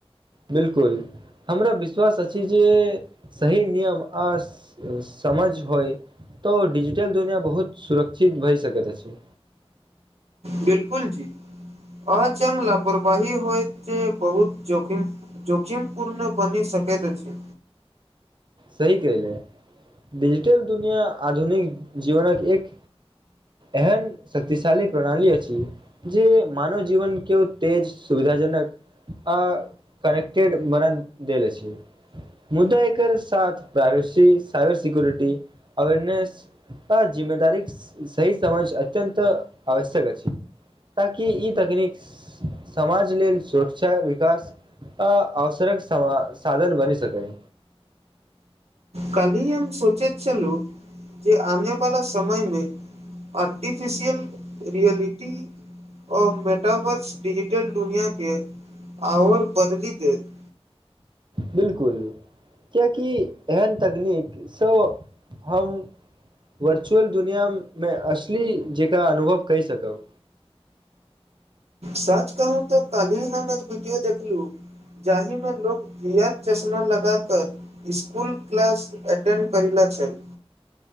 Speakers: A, on the right; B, on the right.
A: बिल्कुल हमरा विश्वास अछि जेँ सही नियम आ समझ होइ तो डिजिटल दुनियाँ बहुत सुरक्षित भए सकैत अछि।
B: बिल्कुल जी अचंग लापरवाही होएत जे बहुत जोखिम जोखिम पुर्ण बनी सकैत अछि।
A: सही कहले डिजिटल दुनियाँ आधुनिक जीवनक एक एहन शक्तिशाली प्रणाली अछि। जे मानव जीवन केओ तेज सुविधाजनक आ करेक्टेड मरण देल अछि मुदा एकर साथ प्राइवेसी साइबर सिक्योरिटी अवेयरनेस आ जिम्मेदारीक सही समझ अत्यन्त आवश्यक अछि। ताकि ई तकनीक समाज लेल सुरक्षा विकास आ अवसरक सवा साधन बनि सकै।
B: कल्हि हम सोचैत छलु जेँ आने वाला समय मे आर्टीफिसियल रियलिटी ओ मेटावर्स डिजिटल दुनियाँ के आओर बदली देत
A: बिल्कुल किएकि एहन तकनीकसँ हम वर्चुअल दुनियाँमे असली जेकाँ अनुभव कइ सकब
B: सच कहू तऽ कल्हि हम एक वीडियो देखलू जाहि मे लोग पियर चश्मा लगा कऽ स्कूल क्लास एटेण्ड करिला छल